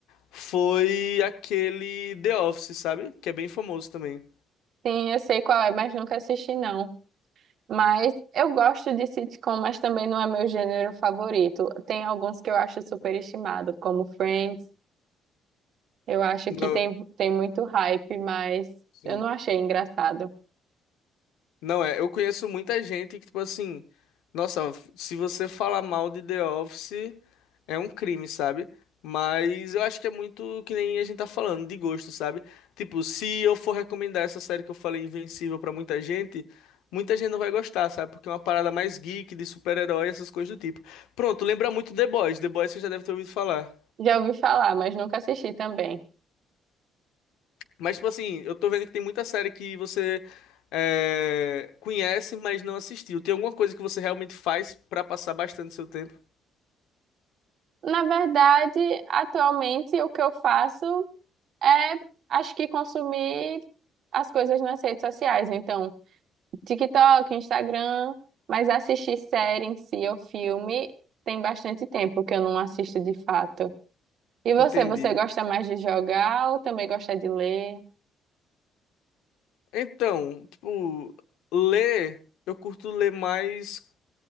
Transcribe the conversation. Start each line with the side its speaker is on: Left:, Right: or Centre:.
Left: foi aquele The Office, sabe? Que é bem famoso também.
Right: Sim, eu sei qual é, mas nunca assisti, não. Mas eu gosto de sitcom, mas também não é meu gênero favorito. Tem alguns que eu acho superestimado, como Friends. Eu acho
Left: Não,
Right: que tem, tem muito hype, mas
Left: sim.
Right: eu não achei engraçado.
Left: Não é, eu conheço muita gente que, tipo assim, nossa, f- se você falar mal de The Office, é um crime, sabe? Mas eu acho que é muito que nem a gente tá falando, de gosto, sabe? Tipo, se eu for recomendar essa série que eu falei, Invencível, pra muita gente, muita gente não vai gostar, sabe? Porque é uma parada mais geek, de super-herói, essas coisas do tipo. Pronto, lembra muito The Boys. The Boys você já deve ter ouvido falar.
Right: Já ouvi falar, mas nunca assisti também.
Left: Mas, tipo assim, eu tô vendo que tem muita série que você é, conhece, mas não assistiu. Tem alguma coisa que você realmente faz pra passar bastante seu tempo?
Right: Na verdade, atualmente o que eu faço é, acho que consumir as coisas nas redes sociais. Então, TikTok, Instagram, mas assistir série em si ou filme tem bastante tempo que eu não assisto de fato. E você,
Left: Entendi.
Right: você gosta mais de jogar ou também gosta de ler?
Left: Então, tipo, ler, eu curto ler mais